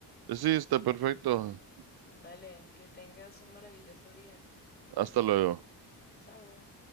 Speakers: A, on the right; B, on the left.
A: Sí, está perfecto.
B: Dale, que tengas un maravilloso día.
A: Hasta luego.
B: Chao.